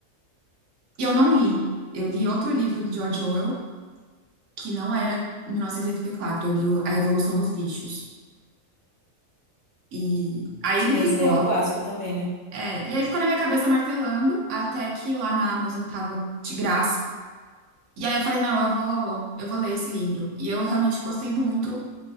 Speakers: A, on the right; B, on the left.
A: E eu não li. Eu li outro livro do George Orwell, que não era 1984, eu li o- A Revolução dos Bichos. E aí
B: Sim,
A: ele ficou,
B: esse daí é um clássico também, né?
A: é, e aí ficou na minha cabeça martelando, até que lá na Amazon tava de graça. E aí eu falei, não, eu vou, eu vou ler esse livro. E eu realmente gostei muito,